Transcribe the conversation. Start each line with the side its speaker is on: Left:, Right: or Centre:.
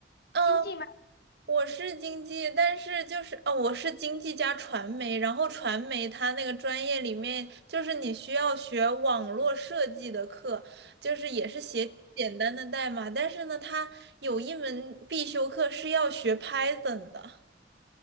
Right: 嗯，
Left: 经济？吗？
Right: 我是经济，但是就是哦，我是经济加传媒，然后传媒它那个专业里面就是你需要学网络设计的课，就是也是写简单的代码，但是呢，它有一门必修课是要学 Python 的。